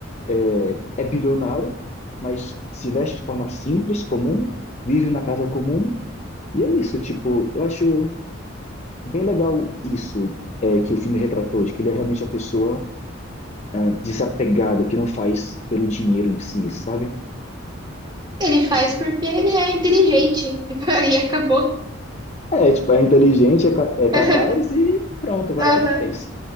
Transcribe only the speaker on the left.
é, é bilionário, mas se veste de forma simples, comum, vive na casa comum, e é isso, tipo, eu acho bem legal isso. é, que o filme retratou, de que ele é realmente uma pessoa ah, desapegada, que não faz pelo dinheiro em si, sabe?
É, tipo, é inteligente, é, ca- é capaz
e pronto, vai
lá e faz.